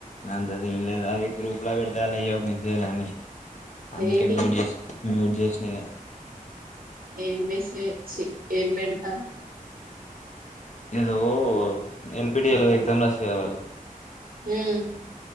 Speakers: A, on the left (about 55°); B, on the right (about 75°).
A: అంత సీన్ లేద్ అవి గ్రూప్ల పెడతాన్లు ఏయే మెసేజ్ అన్ని అందుకే
B: ఏంటి
A: మ్యూట్ చేస్ మ్యూట్ చేసిన ఇగ
B: ఎమ్ మెసె ఏం పెడ్తారు
A: ఏదో ఎన్పిటిఏలో ఎగ్జామ్ రాసిన్రు కదా వాళ్ళు
B: మ్